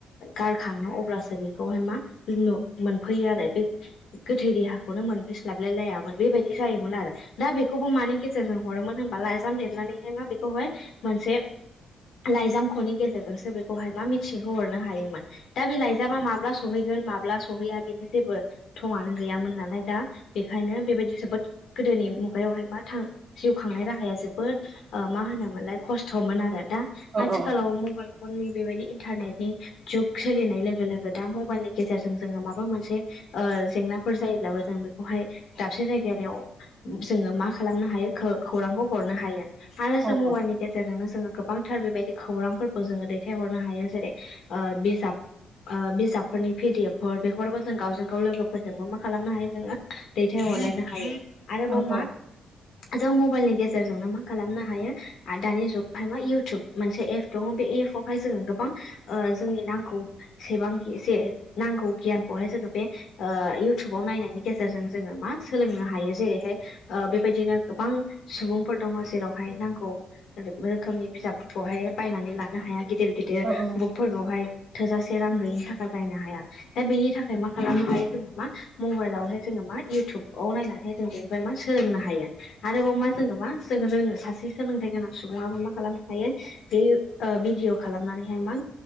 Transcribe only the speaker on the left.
गारखाङो अब्लासो बेखौहाय मा मोनफैयो आरो बे गोथै देहाखौनो मोनफैस्लाबलाय लायामोन बेबायदि जायोमोन आरो दा बेखौबो मानि गेजेरजों हरोमोन हबा लाइजाम लिरनानैहाय मा बेखौहाय मोनसे लाइजामखौनि गेजेरजोंसो बेखौहाय मा मिथिहो हरनो हायोमोन दा बे लाइजामा माब्ला सहैगोन माब्ला ब्ला सहैया बेनो जेबो थंआनो गैयामोन नालाय दा बेखायनो बेबायदि जोबोद गोदोनि मुगायावहाय मा थां जिउ खांनाय राहाया जोबोद मा होनोमोनलाय खस्थमोन आरो दा
आथिखालाव
मबाइल फन नै बेबायदि इन्टारनेटनि जुग सोलिनाय लोगो लोगो दा मबाइलनि गेजेरजों जोङो माबा मोनसे ज नाफोर जायोब्लाबो जों बेखौहाय दाबसे जायगाव जोङो मा खालामनो हायो खौरांखौ हरनो हायो आरो
जों मबाइलनि गेजेरजोंनो जोङो गोबांथार बेबायदि खौरांफोरखौ जोङो दैथायहरनो हायो जेरै बिजाब बिजाब फोरनि भिडिएफफोर बेफोरखौ जों गावजों गाव लोगोफोरजोंबो मा खालामनो हायो जोङो दैथायहरलायनो हायो आरोबाव
मा जों मबाइलनि गेजेराव गेजेरजों न मा खालामनो हायो दानि जुगावहाय मा इउटुब मोनसे एप दङ बे एपआवहाय जोङो गोबां जोंनि नांगौसेबां नांगौ गियानखौहाय जोङो बे इउटुबाव नायनायनि गेजेरजों जोङो मा सोलोंनो हायो जेरै बेबायदिनो गोबां सुबुंफोर दङ जेरावहाय नांगौ रोखोमनि बिजाब हाय बायनानै लानो हाया गिदिर गिदिर
बुकफोरखौहाय थोजासे से रां गैयिनि थाखाय बायनो हाया दा बेनि थाखाय मा खालामनो हायो जोङो मा मबाइलावहाय जोङो मख इउटुब इउटुबाव नायनानै जों बे मा सोलोंनो हायो आरोबाव मा जोङो मा जों रोङो सासे सोलोंथाइ गोनां सुबुङाबबो मा खालामनो हायो भडिअ खालामनानैहाय मा